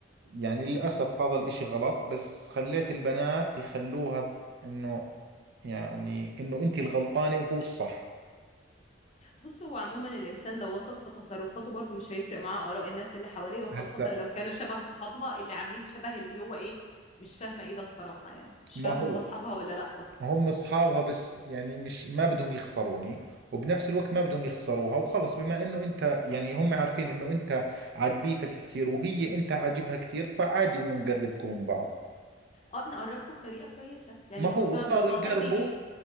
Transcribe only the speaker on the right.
يعني للأسف هذا الاشي غلط بس خليت البنات يخلوها انه يعني انه انت الغلطانة وهو الصح
هسا
ما
هو
هم اصحابها بس يعني مش ما بدهم يخسروني وبنفس الوقت ما بدهم يخسروها وخلص بما انه انت يعني هم عارفين انه انت عاجبيتك كثير وهي انت عاجبها كثير فعادي انه نقربكم من بعض
ما
هو صاروا
صح يقربوا